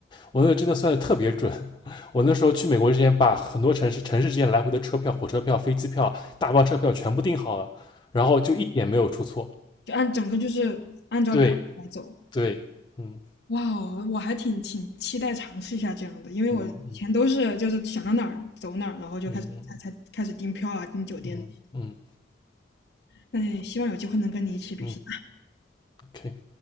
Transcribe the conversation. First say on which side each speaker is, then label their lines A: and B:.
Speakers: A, on the left (about 25°); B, on the left (about 65°).
A: 我那个真的算的特别准。<laughs> 我那时候去美国之前，把很多城市城市之间来回的车票、火车票、飞机票、大巴车票全部订好了，然后就一点没有出错。
B: 就按整个就是按照流程来走。
A: 对对，嗯
B: 哇哦，我还挺挺期待尝试一下这样的，因为我以前都是就是想到哪儿走哪儿，
A: 嗯
B: 然后就开始才才开始订票啊、
A: 嗯嗯嗯
B: 订酒店那些。
A: 嗯嗯嗯
B: 那也希望有机会能跟你一起旅行。
A: 嗯，OK。